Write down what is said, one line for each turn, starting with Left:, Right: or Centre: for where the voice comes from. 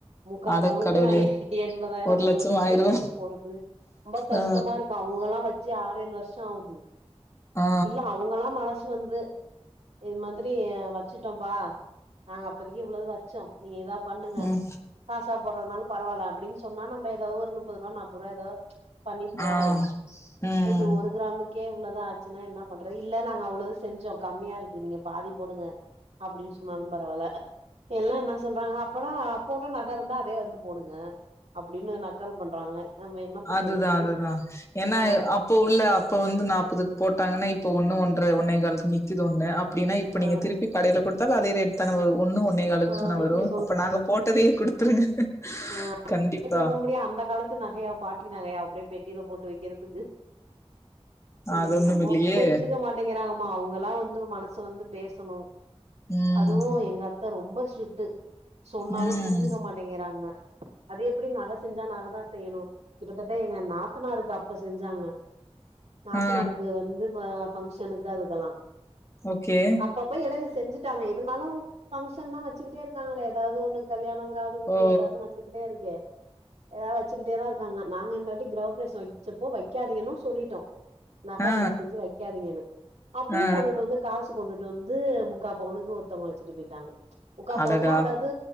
Right: முக்கா
Left: அடக்கடவுளே
Right: பவுனுக்கு நான் இகி எண்பதாயிரம்
Left: ஒரு
Right: தொண்ணூர்வாய்க்கு
Left: லட்சம் ஆயிரு
Right: எங்கத்த போறது ரொம்ப கஷ்டமா
Left: ஆ
Right: இருக்கு அவுங்கெல்லாம் வச்சு இப்பயே ஆறு ஏழு வருஷம் ஆகுது
Left: ஆ
Right: இல்ல அவுங்கெல்லாம் மனசு வந்து இது மாதிரி ஆ வச்சுட்டோம்‌ பா ஆ இப்போதிக்கி இவ்வளது வச்சோம் நீங்க ஏத பண்ணுங்க
Left: ம்
Right: காசா போட்றதுனாலும் பரவால்ல அப்படின்னு சொன்னா நம்ம ஏதாவது ஒரு முப்பது ரூபா நாப்பது ரூபா ஏதது உஜ் பண்ணி போடலாம்
Left: ஆ ஆ ம்
Right: இப்படி ஒரு கிராம்க்கு கே இவ்ளோ தான் ஆச்சுன்னா என்ன பண்றது இல்ல நாங்க அவ்ளோ செஞ்சோம் கம்மியா இருக்கு நீங்க பாதி போடுங்க அப்படின்னு சொன்னாலும் பரவாயில்ல இப்ப எல்லாம் என்ன சொல்றாங்க அப்போனா அப்போ உள்ள நக இருந்தா அதே வந்து போடுங்க அப்டின்னு நக்கல் பண்றாங்க நம்ம என்னத்த
Left: அதுதான்
Right: சொல்றது
Left: அதுதான் ஏன்னா
Right: ஆ
Left: அப்ப உள்ள அப்ப வந்து நாற்பதுக்கு போட்டாங்கன்னா இப்ப ஒண்ணு ஒன்ற ஒன்ற ஒண்ணே கால நிக்கக்குது ஒண்ணு அப்படின்னா இப்ப
Right: ஆ
Left: நீங்க திருப்பி கடில கொடுத்தால அதே ரேட் தான வரும் ஒண்ணு ஒன்னே காலக்கு
Right: ஆ
Left: தான
Right: இப்டி
Left: வரும் அப்ப நாங்க போட்டதையே குடுத்துருங்க
Right: ஆஹ்
Left: கண்டிப்பா
Right: வச்சிருக்க முடியும் அந்த காலத்து நகையா பாட்டு ட்டி நகையா அப்படியே பெட்டியில போட்டு வைக்கிறதுக்கு
Left: அது
Right: என்னமோ
Left: ஒண்ணும் இல்லையே
Right: புரிஞ்சுக்க மாட்டேங்கிறாங்க அம்மா அவங்களா வந்து மனசு வந்து பேசணும்
Left: ம்
Right: அதுவும் எங்க அத்த ரொம்ப ஸ்ட்ரிக்ட் சொன்னாலும்
Left: ம்
Right: புரிஞ்சுக்க மாட்டேங்கிறாங்க அது எப்படி நக செஞ்சா நக தான் செய்யணும் கிட்டத்தட்ட எங்க நாத்தனாருக்கு அப்ப செஞ்சாங்க நாத்தனருக்கு
Left: ஆ
Right: வந்து அ பங்க்ஷனுக்கு அதுக்கு எல்லாம்
Left: ஓகே
Right: அப்ப அப்ப இடையில செஞ்சுட்டாங்க இருந்தாலும் பபங்க்ஷன் தான் வச்சுக்கிட்டே இருக்காங்களே ஏதாவது ஒண்ணு கல்யாணோ காதுகுத்து
Left: ஓ
Right: ஏதாவது வந்துகிட்டே இருக்கே ஏதாவது வச்சுக்கிட்டே தான் இருக்காங்க நாங்க இந்தாட்டி கிரகப்பிரேசம் வைச்சப்போ வைக்காததிங்கன்னு சொல்லிட்டோம் நகை
Left: ஆ
Right: தயவு செஞ்சு வைக்காதீங்கன்னு அப்பயும்
Left: ஆ ஆ
Right: கொண்டுட்டு வந்து காசு கொண்டுட்டு வந்து முக்கா பவுனுக்கு ஒருத்தவங்க வச்சுட்டு போயிட்டாங்க முக்கா
Left: அடடா
Right: பவுன்னன்னா அதாவது